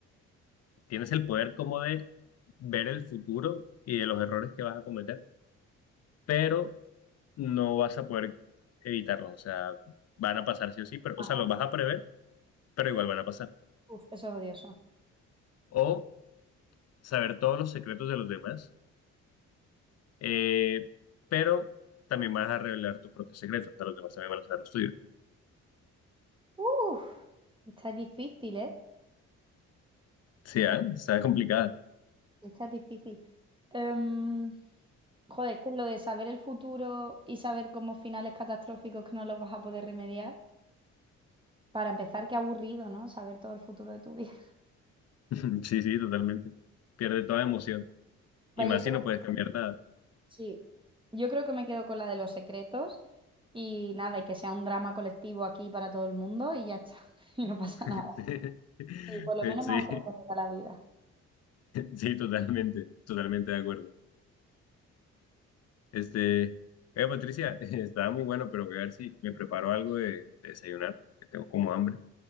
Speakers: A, on the left; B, on the right.
A: Tienes el poder como de ver el futuro y de los errores que vas a cometer, pero no vas a poder evitarlos. O sea, van a pasar sí o sí, pero,
B: Ajá.
A: o sea, los vas a prever, pero igual van a pasar.
B: Uf, eso es odioso.
A: O saber todos los secretos de los demás Eh, pero también vas a revelar tus propios secretos, o sea, los demás también van a saber los tuyos.
B: Uf, esta es difícil, ¿eh?
A: Sí, ah, Está complicada.
B: Esta es difícil. Em, joder, es que lo de saber el futuro y saber como finales catastróficos que no los vas a poder remediar. Para empezar, qué aburrido, ¿no? Saber todo el futuro de tu vida. <laughs>
A: <laughs> Sí, sí, totalmente. Pierde toda emoción. Y
B: Vale,
A: más
B: yo creo,
A: si no puedes cambiar nada.
B: sí, yo creo que me quedo con la de los secretos y nada, y que sea un drama colectivo aquí para todo el mundo y ya está. <laughs> Y no pasa
A: <laughs>
B: nada. Sí, por lo menos
A: Sí,
B: más entretenida la vida.
A: sí, totalmente, totalmente de acuerdo. Este, oye, Patricia, <laughs> estaba muy bueno, pero voy a ver si me preparo algo de, de desayunar, que tengo como hambre.